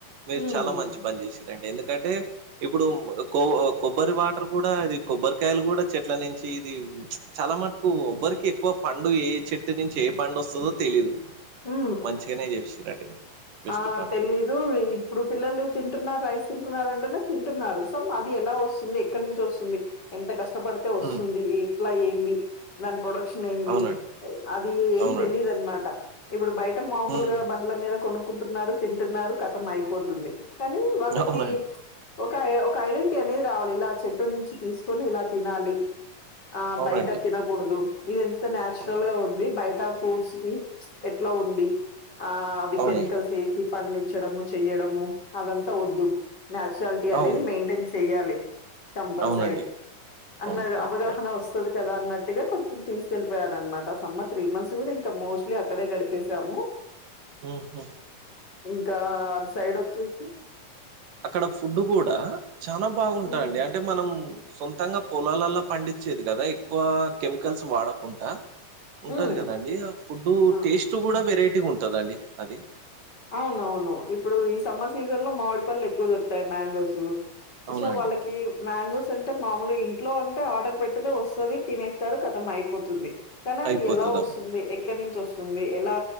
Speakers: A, on the right (about 70°); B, on the left (about 30°).
A: మీరు
B: హ్మ్.
A: చాలా మంచి పని చేసిర్రండి ఎందుకంటే ఇప్పుడు ఉమ్ కొ కొబ్బరి వాటర్ కూడా అది కొబ్బరికాయలు కూడా చెట్ల నుంచి ఇది చాలా మటుకు ఎవ్వరికీ ఎక్కువ పండు ఏ చెట్టు నుంచి ఏ పండు వస్తదో తెలీదు
B: ఊ
A: మంచిగానే చేసిర్రండి మీరు. బెస్ట్
B: ఆ
A: పని.
B: తెలీదు ఈ ఇప్పుడు పిల్లలు తింటున్నా రైస్ తింటున్నారు అంటేనే తింటున్నారు సో అది ఎలా వస్తుంది ఎక్కడి నుంచి వస్తుంది ఎంత కష్టపడితే వస్తుంది
A: హ్మ్.
B: ఏ ట్లా ఏంది దాని ప్రొడక్షన్ ఏంది
A: అవునండి.
B: అది ఏం
A: అవునండి.
B: తెలీదు అనమాట ఇప్పుడు బయట మామూలుగా
A: హ్మ్.
B: బండ్ల మీద కొనుక్కుంటున్నారు తింటున్నారు ఖతం అయిపోతుంది కానీ వాళ్ళకి
A: అవునండి.
B: ఒక ఒక ఐడెంటిటీ అనేది రావాలి ఇలా చెట్టు నుంచి తీసుకొని ఇలా తినాలి ఆ
A: అవునండి.
B: బయట తినకూడదు ఇది ఎంత న్యాచురల్
A: అవును.
B: గా ఉంది బయట ఫ్రూట్స్ కి ఎట్లా ఉంది ఆ అవి
A: అవునండి.
B: కెమికల్స్ ఏసి పండిచ్చడము చెయ్యడము అవంతా వద్దు నాచురాలిటీ అనేది
A: అవును.
B: మెయింటైన్ చెయ్యాలి కంపల్సరీ
A: అవునండి.
B: అన్న
A: అవును. కరెక్టే.
B: అవగాహన వస్ స్తు కదా అన్నట్టుగా కొంచం తీసుకెళ్లిపోయారన్నమాట ఆ సమ్మ త్రీ మంత్స్ కూడా ఇంకా మోస్ట్లీ అక్కడే గడిపేశాము
A: మ్ హు
B: ఇంకా అటు సైడ్ వచ్చేసి
A: అక్కడ ఫుడ్డు కూడా చాల బాగుంటదండి
B: ఉమ్
A: అంటే మనం సొంతంగా పొలాలలో పండించేది కదా ఎక్కువ కెమికల్స్ వాడకుండా ఉంటది
B: ఉమ్
A: కదండి ఆ ఫుడ్
B: అవును
A: టేస్ట్ కూడా వెరైటీగ ఉంటదండి అది
B: అవునవును ఇప్పుడు ఈ సమ్మర్ సీజన్ లో మామిడి పళ్ళలు ఎక్కువ దొరుకుతాయి మ్యాంగోస్
A: అవునా
B: సో
A: అండి?
B: వాళ్ళకి మ్యాంగోస్ అంటే మామూలు ఇంట్లో అంటే ఆర్డర్ పెట్టితే వస్తుంది తినేస్తారు కథం అయిపోతుంది కానీ అది
A: అయిపోతది.
B: ఎలా వస్తుంది
A: అవును.
B: ఎక్కడి నుంచి వస్తుంది ఎలా